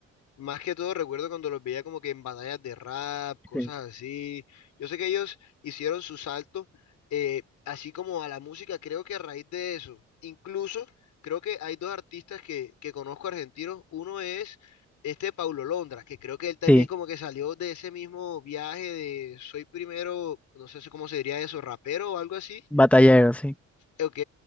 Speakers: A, on the left; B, in the centre.
A: Más que todo recuerdo cuando los veía como que en batallas de rap, cosas
B: Sí.
A: así. Yo sé que ellos hicieron su salto, eh, así como a la música, creo que a raíz de eso. Incluso creo que hay dos artistas que, que conozco argentinos. Uno es este Paulo Londra, que creo que él también
B: Sí,
A: como que salió de ese mismo viaje de soy primero, no sé si- cómo se diría eso, rapero o algo así
B: batalleros, sí.
A: ok,